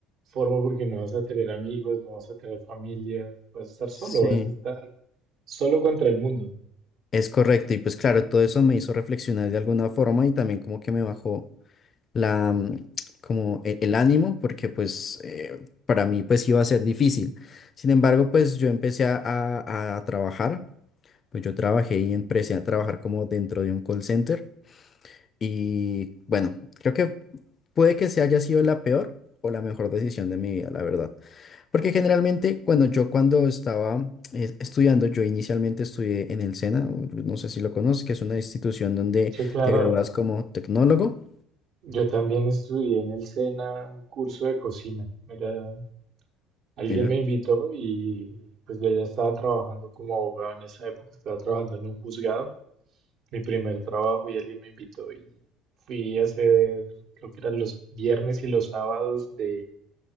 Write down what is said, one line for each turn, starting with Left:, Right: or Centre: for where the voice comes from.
Right: forma, porque no vas a tener amigos, no vas a tener familia, vas a estar
Left: Sí,
Right: solo, vas a estar solo contra el mundo.
Left: es correcto. Y pues claro, todo eso me hizo reflexionar de alguna forma y también como que me bajó la, mm, como e- el ánimo, porque pues eh, para mí pues iba a ser difícil. Sin embargo, pues yo empecé a, a- a trabajar, pues yo trabajé y empecé a trabajar como dentro de un call center y bueno, creo que puede que se haya sido la peor o la mejor decisión de mi vida, la verdad. Porque generalmente cuando yo cuando estaba eh, estudiando, yo inicialmente estudié en el SENA, no sé si lo conoces, que es una institución donde
Right: Sí, claro,
Left: te gradúas como tecnólogo.
Right: yo también estudié en el SENA un curso de cocina. Era Alguien
Left: mira
Right: me invitó y pues yo ya estaba trabajando como abogado en esa época, estaba trabajando en un juzgado, mi primer trabajo y alguien me invitó y fui a hacer, creo que eran los viernes y los sábados de,